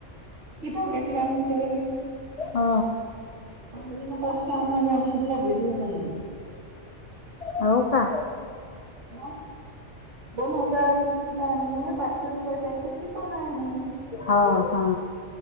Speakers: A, on the right; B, on the left.
A: इथं भेटल्या म्हणं ते.
B: आ.
A: <unintelligible> पैशे आणायला <unintelligible>
B: हाव का?
A: म दोन हजाराची ती काय म्हणे, पाचशे रुपये द्यायची शिकवण आहे म्हणे.
B: हा हा